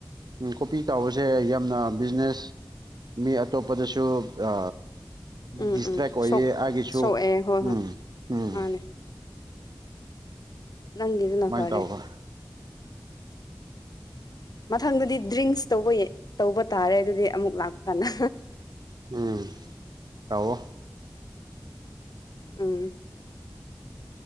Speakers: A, on the right; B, on the left.
A: ꯎꯝ ꯀꯣꯄꯤ ꯇꯧꯋꯤ ꯁꯦ ꯌꯥꯝꯅ ꯕꯤꯖꯤꯅꯦꯁ ꯃꯤ ꯑꯇꯣꯞꯄꯗꯁꯨ ꯑ
B: ꯎꯝ
A: ꯗꯤꯁꯇꯔꯦꯛ
B: ꯎꯝ
A: ꯑꯣꯏꯌꯦ
B: ꯁꯣꯛ
A: ꯑꯒꯤꯁꯨ
B: ꯁꯣꯛꯑꯦ ꯍꯣꯏ ꯍꯣꯏ
A: ꯎꯝ ꯎꯝ
B: ꯃꯥꯅꯦ ꯅꯪꯒꯤꯗꯨꯅ
A: ꯁꯨꯃꯥꯏꯅ
B: ꯐꯔꯦ
A: ꯇꯧꯕ
B: ꯃꯊꯪꯗꯗꯤ ꯗ꯭ꯔꯤꯡꯁ ꯇꯧꯕ ꯇꯧꯕ ꯇꯥꯔꯦ ꯑꯗꯨꯗꯤ ꯑꯃꯨꯛ ꯂꯥꯛꯄ ꯀꯥꯟꯗ
A: ꯎꯝ ꯇꯥꯎꯋꯣ
B: ꯎꯝ